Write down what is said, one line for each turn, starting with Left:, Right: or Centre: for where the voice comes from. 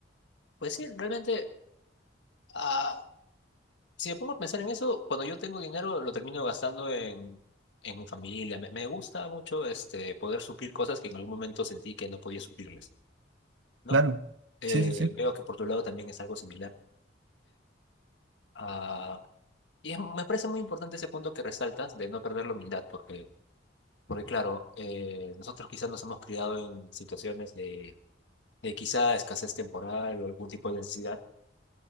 Left: pues sí, realmente, ah, si me pongo a pensar en eso, cuando yo tengo dinero lo termino gastando en, en mi familia. Me, me gusta mucho este, poder suplir cosas que en algún momento sentí que no podía suplirles, ¿no?
Right: claro.
Left: Eh,
Right: Sí, sí, sí.
Left: veo que por tu lado también es algo similar. Ah, y es- me parece muy importante ese punto que resaltas de no perder la humildad, porque, porque claro, eh, nosotros quizás nos hemos criado en situaciones de de quizá escasez temporal o algún tipo de necesidad.